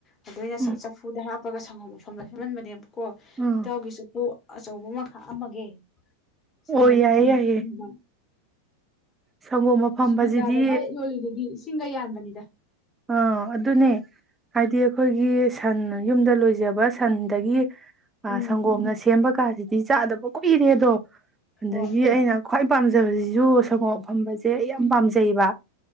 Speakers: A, on the left; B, on the right.
A: ꯑꯗꯩ ꯁꯠ ꯑꯩꯅ
B: ꯎꯝ
A: ꯆꯐꯨꯗ ꯍꯥꯞ ꯄꯒ ꯁꯪꯒꯣꯝ ꯑꯐꯝꯕ ꯁꯦꯝꯃꯟꯕꯅꯦꯕ ꯀꯣ
B: ꯎꯝ
A: ꯏꯇꯥꯎꯒꯤꯁꯨ ꯀꯣ ꯑꯆꯧꯕꯃ ꯈꯥꯑꯝꯃꯒꯦ ꯁꯪꯒꯣꯝ
B: ꯑꯣ
A: ꯃꯐꯝꯕ
B: ꯌꯥꯏꯌꯦ ꯌꯥꯏꯌꯦ
A: ꯆꯨꯞꯅꯤꯡꯕꯔꯥ <unintelligible>
B: ꯁꯪꯒꯣꯝ ꯑꯐꯝꯕꯁꯤꯗꯤ
A: ꯑꯁ ꯕꯖꯥꯔꯗꯒ ꯌꯣꯜꯂꯤꯗꯨꯗꯤ ꯏꯁꯤꯡꯒ ꯌꯥꯟꯕꯅꯤ
B: ꯑ ꯑꯗꯨꯅꯦ ꯍꯥꯏꯗꯤ ꯑꯩꯈꯣꯏꯒꯤ ꯁꯟ ꯌꯨꯝꯗ ꯂꯣꯏꯖꯕ ꯁꯟꯗꯒꯤ
A: ꯎꯝ
B: ꯁꯪꯒꯣꯝꯅ ꯁꯦꯝꯕ ꯀꯥꯁꯤ ꯆꯥꯗꯕ ꯀꯨꯏꯔꯦ ꯑꯗꯣ ꯑꯗꯒꯤ
A: ꯀꯣ
B: ꯑꯩꯅ ꯈ꯭ꯋꯥꯏ ꯄꯥꯝꯖꯕꯁꯤꯁꯨ ꯁꯪꯒꯣꯞ ꯑꯐꯝꯕꯁꯦ ꯑꯩ ꯌꯥꯝ ꯄꯥꯝꯖꯩꯌꯦꯕ